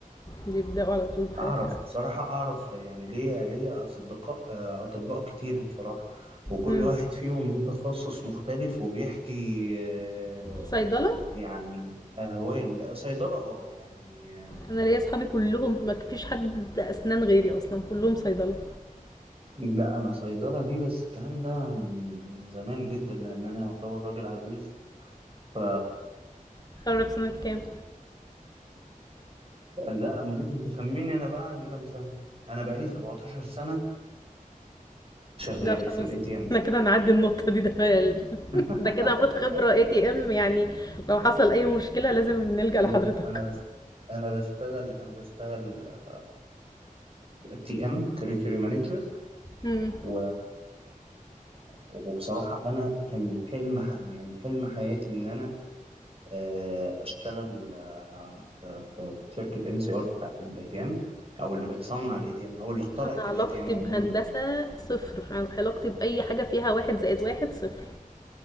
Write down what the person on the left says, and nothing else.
بيبدأوا على طول بحاجات
كده
امم
صيدلة
انا ليا اصحابي كلهم ما فيش حد اسنان غيري اصلا كلهم صيدلة
اتخرج سنة كام
لا خلاص
احنا كده هنعدي النقطة دي ده ال-
<laughs> ده كده المفروض خبرة اي تي ام يعني لو حصل اي مشكلة لازم نلجأ
لحضرتك
امم
انا
علاقتي
بهندسة صفر عن- علاقتي بأي حاجة فيها واحد زائد واحد صفر